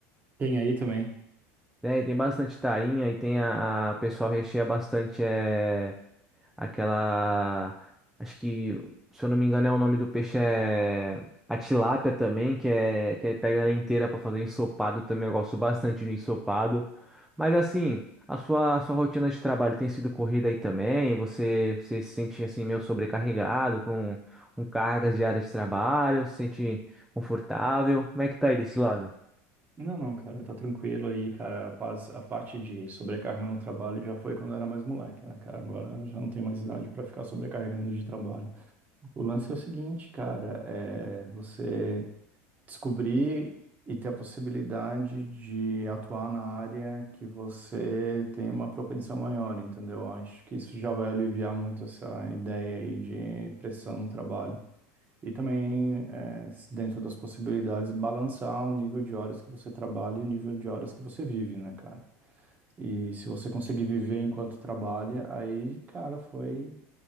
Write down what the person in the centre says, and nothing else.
é, e tem bastante tainha e tem a, a- o pessoal recheia bastante é, aquela. Acho que, se eu não me engano, é o nome do peixe é a tilápia também, que é que aí pega ela inteira para fazer ensopado também. Eu gosto bastante do ensopado. Mas assim, a sua, a sua rotina de trabalho tem sido corrida aí também? Você, você se sente assim meio sobrecarregado com, com cargas diárias de trabalho? Se sente confortável? Como é que tá aí desse lado?